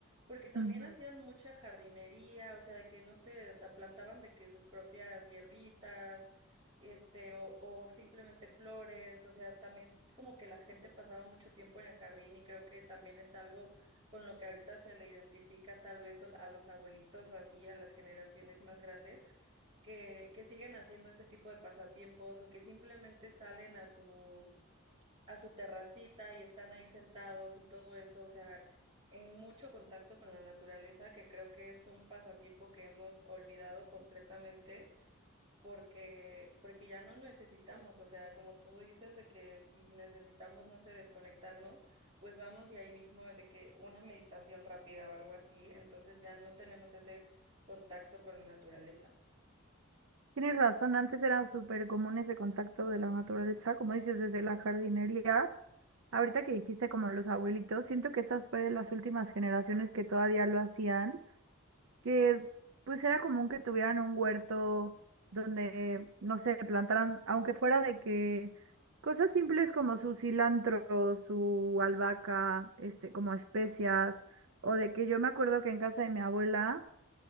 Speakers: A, on the right; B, on the right.
A: porque también
B: Ujú.
A: hacían mucha jardinería, o sea, de que no sé, hasta plantaban de que sus propias hierbitas. Este, o, o simplemente flores, o sea, también como que la gente pasaba mucho tiempo en el jardín y creo que también es algo con lo que ahorita se le identifica tal vez o- a los abuelitos o así, a las generaciones más grandes, que, que siguen haciendo ese tipo de pasatiempos o que simplemente salen a su, a su terracita y están ahí sentados y todo eso, o sea, en mucho contacto con la naturaleza, que creo que es un pasatiempo que hemos olvidado completamente porque, porque ya no necesitamos, o sea, como tú dices, de que si necesitamos, no sé, desconectarnos, pues vamos y ahí mismo de que una meditación rápida o algo así, entonces ya no tenemos ese contacto con la naturaleza.
B: Tienes razón, antes era súper común ese contacto de la naturaleza, como dices, desde la jardinería. Ahorita que dijiste como los abuelitos, siento que esas fue de las últimas generaciones que todavía lo hacían. que pues era común que tuvieran un huerto donde, no sé, plantaran, aunque fuera de que cosas simples como su cilantro, su albahaca, este, como especias, o de que yo me acuerdo que en casa de mi abuela